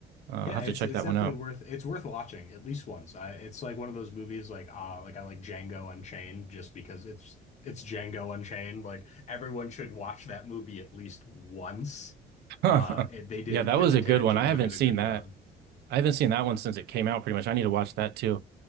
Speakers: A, on the right; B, on the left.
A: Uh, I'll
B: Yeah,
A: have
B: it's
A: to check
B: it's
A: that
B: definitely
A: one out.
B: worth it's worth watching at least once. I it's like one of those movies like ah like I like Django Unchained just because it's it's Django Unchained. Like everyone should watch that movie at least once.
A: <laughs>
B: Uh, it, they did
A: Yeah, that
B: Quentin
A: was a
B: Tarantino
A: good one. I haven't
B: did a
A: seen
B: good job.
A: that. I haven't seen that one since it came out, pretty much. I need to watch that too.